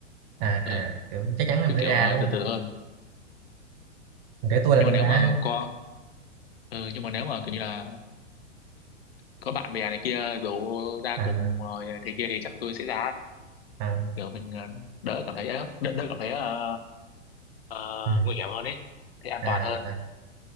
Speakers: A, on the right (about 25°); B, on the left (about 50°).
A: à à
B: ừ,
A: kiểu chắc chắn là
B: cứ
A: mới
B: kiểu
A: ra
B: ờ,
A: đúng
B: từ
A: không
B: từ hơn
A: kể tôi là
B: nhưng
A: tôi
B: mà nếu
A: đã
B: mà có ừ, nhưng mà nếu mà kiểu như là có bạn bè này kia rủ ra
A: à,
B: cùng rồi thế kia thì chắc tôi sẽ ra
A: à.
B: kiểu mình ờ, đỡ cảm thấy ờ, đỡ, đỡ cảm thấy ờ, ờ,
A: Ừ.
B: nguy hiểm hơn ấy thì an
A: à,
B: toàn hơn
A: à